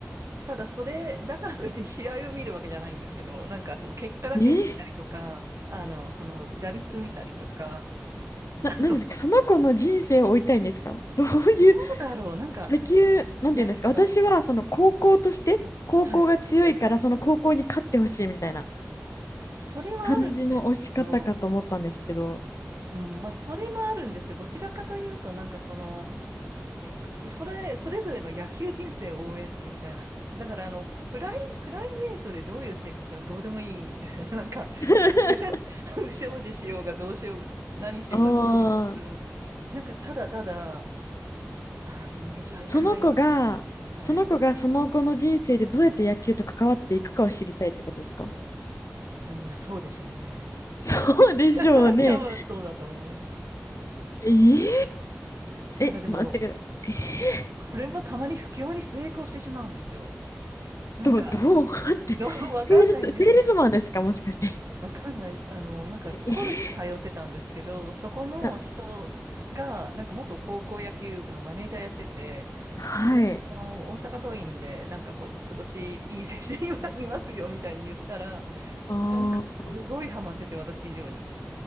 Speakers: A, on the right (about 75°); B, on the left (about 85°).
A: ただそれ、だからといって試合を見るわけじゃないんですけど、なんかその結果だけ見たりとか、
B: えー、
A: あの、その打率見たりとか、
B: な、
A: あの、
B: なんですかその子の人生を追いたいんですかどういう、
A: どうだろう、なんか、
B: 野球、なんていうんですか私は、
A: いや、あの、
B: その高校として、高校が強いから、
A: はい、
B: その高校に勝ってほしいみたいな
A: それはあるんですけど、
B: 感じの推し方かと思ったんですけど。
A: うん、まあ、それもあるんですけど、どちらかというと、なんかその、いそれ、それぞれの野球人生を応援するみたいな。だから、あの、プライ、プライベートでどういう性格とかどうでもいいんですよね。なんか、
B: <laughs>
A: あの <laughs> 不祥事しようがどうしようが、何しようがどうでもいいんですけど、
B: ああ。
A: なんかただただ、あ、メジャー行かないのかな。
B: その子が、
A: はい。
B: その子がその後の人生でどうやって野球と関わっていくかを知りたいってことですか
A: まあそうでしょうね。
B: <laughs> そうでしょうね。
A: <laughs> 多分そうだと思うんです。
B: えー
A: なんかでも、
B: え、待ってください。
A: これもたまに不況に成功してしまうんですよ。なんか、
B: どどう <laughs> 待って、
A: どう、<laughs> わかんないんですけど、
B: セールス、セールスマンですかもしかして。
A: わかんないです。あの、なんかコルに通ってたんですけど、
B: え
A: そこの人が、
B: な
A: なんか元高校野球部のマネージャーやってて、
B: はい。
A: あの、大阪桐蔭で、なんかこ、今年いい選手いまいますよみたいに言ったら、
B: ああ、
A: なんかすごいハマってて、私以上に。